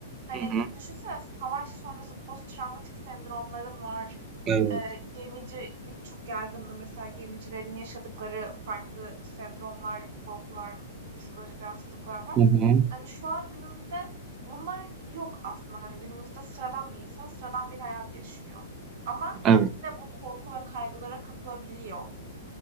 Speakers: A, on the right (about 55°); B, on the right (about 30°).
A: Hani
B: Hı
A: düşünsene savaş sonrası post travmatik sendromların var.
B: Evet.
A: Eee, gemicilik çok yaygındı. Mesela gemicilerin yaşadıkları farklı sendromlar, korkular, psikolojik rahatsızlıklar var.
B: Hı hı.
A: Hani şu an günümüzde bunlar yok aslında. Hani günümüzde sıradan bir insan sıradan bir hayat yaşıyor. Ama
B: Evet,
A: yine bu korku ve kaygılara kapılabiliyor.